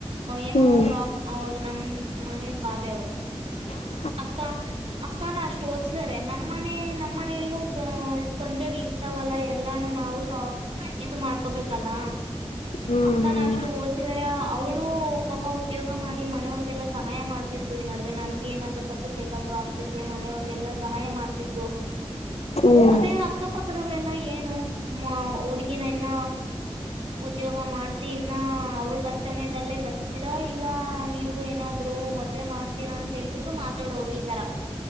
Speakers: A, on the right; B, on the left.
A: ಏನೋ
B: ಹ್ಮ್
A: ಪ್ರಾಬ್ ಅವಿಗೆ ನಮ ಾನ ಬಾದೆ ಅವ್ರಿಗೆ
B: ಹ್ಮ
A: ಅಕ್ಕ ಅಕ್ಕಾನ ಅಷ್ಟು ಓದಸಿದಾರೆ ನಮ್ಮನೆ ನಮ್ಮನೆ ಮನೆಯಲ್ಲೂ ತೊಂದ್ರರೆಗಳ ಇರ್ತಾವಲ್ಲ ಎಲ್ಲಾನು ನಾವು ಸ ಇದು ಮಾಡ್ಕೊಬೇಕಲ್ಲ
B: ಹ್ಮ್
A: ಅಕ್ಕನ ಅಷ್ಟು ಓಸಿದಿದ್ದಾರೆ ಅವಳ ಪಾಪ ಉದ್ಯೋಗ ಮಾಡಿ ಮನೆಯವ್ರಗೆಲ್ಲಾ ಸಹಾಯ ಮಾಡ್ತಿದ್ು ಈ ನಡುವೆ ನನ್ಗೆ ಏನಾದ್ರು ಗ್ ಬೇಕಾದ್ರು ಆ ಮನೆಯವ್ರಗೆಲ್ಲ ಸಹಾಯ ಮಾಡ್ತಿದ್ಲು
B: ಹ್ಮ್ ಹ್ಮ್
A: ಅದೇ ಅಕ್ಕಪಕ್ಕದವರೆಲ್ಲ ಏನ್ ಹುಡುಗಿನ ಇನ್ನ ಉದ್ಯೋಗ ಮಾಡ್ಸಿ ಇನ್ನ ಅವ್ಳ ಕಷ್ಟನೇದಲ್ಲೇ ಬರ್ತೀರಾ ಇಲ್ಲ ನೀವು ಏನಾದ್ರು ಮದ್ವೆ ಮಾಡ್ತೀರಾ ಅಂತ ಹೇಳ್ಬಿಟ್ಟು ತೊಡೋರು ಈ ತರ